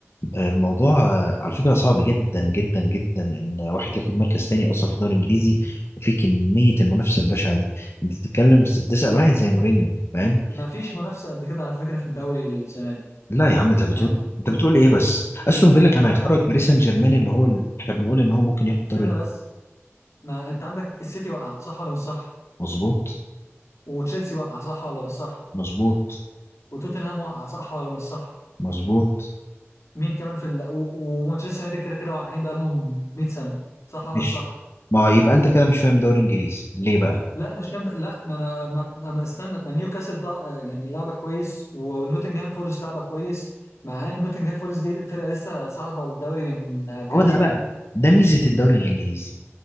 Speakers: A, on the left; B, on the left.
A: الموضوع آه، على فكرة صعب جدا جدا جدا إن واحد ياخد مركز تاني أصلا في الدوري الإنجليزي وفي كمية المنافسة البشعة دي أنت بتتكلم تسأل واحد زي مورينيو فاهم
B: ما فيش منافسه قد كده على فكره في الدوري السنه دي
A: لا يا عم أنت بتقول
B: يعني
A: أنت بتقول إيه بس أستون فيلا كان
B: ما
A: هيخرج
B: انت عندك
A: باريس سان جيرمان اللي هو ال... إحنا بنقول إن هو ممكن ياخد دوري
B: سنه
A: ال-
B: بس ما انت عندك السيتي وقع صح ولا مش صح
A: مظبوط
B: وتشيلسي وقع صح ولا مش صح
A: مظبوط
B: وتوتنهام وقع صح ولا مش صح
A: مظبوط
B: مين كمان في ال... و- ومانشستر يونايتد كده كده واقعين بقى لهم 100 سنه صح ولا
A: ماشي
B: مش صح
A: ما هو يبقى أنت كده مش فاهم دوري إنجليزي ليه بقى
B: لا مش فاهم ده- لا ما انا ما, ما ما استنى ما نيوكاسل طلع يعني لعبه كويس ونوتنجهام فورست لعبه كويس مع ان نوتنجهام فورست دي فرقه لسه صاعده الدوري من آه، كام
A: هو ده
B: سنه
A: بقى ده ميزة الدوري الإنجليزي